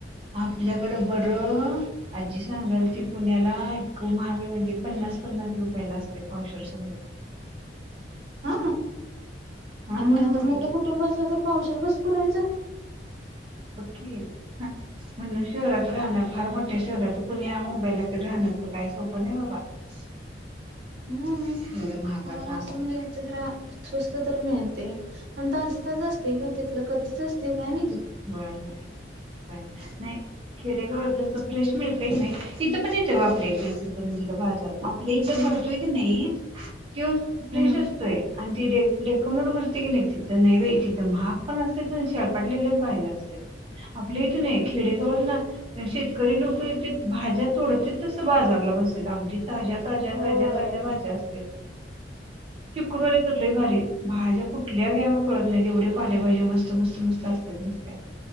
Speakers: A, on the right; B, on the right.
A: आपल्याकडं बरंऽ. आजी सांगाल ती पुण्याला, एतक महाग आहे म्हणजे पन्नास पन्नास रुपयाला असतय पावशर सगळं. <unintelligible>
B: हा,
A: हम्म
B: आणि आता मोठं कुटुंब असलं तर पावशर कसं पुरायचं.
A: बगकी, हां. म्हणलं शहरात राहणं, फार मोठ्या शहरात पुण्या मुंबईला तरी राहणं तर काही सोपं नाही बाबा. <unintelligible>
B: हम्म,
A: एवढं महागाचं
B: आमाला
A: आणून
B: आस म्हणजे याच जराऽ. स्वस्त तर मिळतय, आणि ताजं ताजं असतय ग, तिथलं कधीच असतय काय माहीती.
A: वय हय. नाही, खेडेगावात जस फ्रेश मिळतय की नाही, तिथ पण येतोय बा इचलकरंजीला बाजार, आपल इथ भरतोय की नाही त्योच फ्रेश
B: हम्म
A: असतोय. आणि ती डे डेकोनोर भरतोय नाही तिथ, नाही बाई तिथ महाग पण असत्यात आणि शेळपाटलेलेच भाज्या भाज्या असत्यात. आपल्या इथे नाही, खेडेगावात ना शेतकरी लोक येत्यात, भाज्या तोडत्यात तस बाजारला बसत्यात आमच्या इथ. ताज्या ताज्या
B: होय
A: ताज्या ताज्या, भाज्या असत्यात. शुक्रवारी तर लय भारी, भाज्या कुठल्या घ्याव्या कळत नाहीत, एवढ्या पालेभाज्या मस्त मस्त मस्त असत्यात ना.